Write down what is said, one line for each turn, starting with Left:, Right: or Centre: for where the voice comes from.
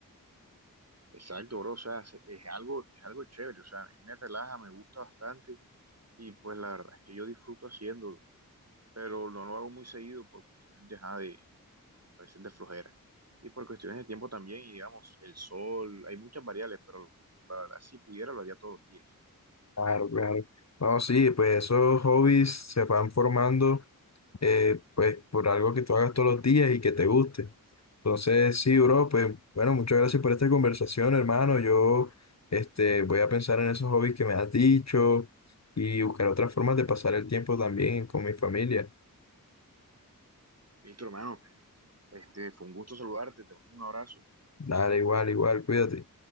Right: Exacto, bro, o sea, se- es algo, es algo chévere, o sea, a mí me relaja, me gusta bastante y pues la verdad es que yo disfruto haciéndolo, pero no lo hago muy seguido por cuestiones de, ajá, de a veces de flojera y por cuestiones de tiempo también y digamos, el sol, hay muchas variables, pero la verdad si pudiera lo haría todos los días.
Left: Claro, claro. No, sí, pues esos hobbies se van formando eh, pues por algo que tú hagas todos los días y que te guste. Entonces, sí, bro, pues bueno, muchas gracias por esta conversación, hermano. Yo este, voy a pensar en esos hobbies que me has dicho y buscar otras formas de pasar el tiempo también con mi familia.
Right: Listo, hermano, este, fue un gusto saludarte, te mando un abrazo.
Left: Dale, igual, igual, cuídate.